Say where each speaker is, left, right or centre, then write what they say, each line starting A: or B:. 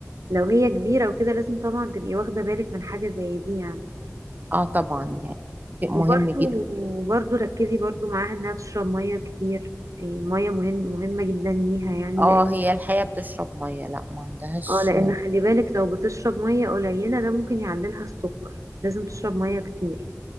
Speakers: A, on the right; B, on the right.
A: لو هي كبيرة وكده لازم طبعا تبقي واخدة بالك من حاجة زي دي يعني
B: اه طبعا يعني شيء
A: وبرده
B: مهم جدا
A: وبرده ركزي برده معاها انها تشرب ميه كتير يعني الميه مهم مهمه جدا ليها يعني
B: اه
A: لان
B: هي الحياة بتشرب مية لا ما عندهاش
A: اه لان خلي بالك لو بتشرب ميه قليله ده ممكن يعللها السكر لازم تشرب ميه كتير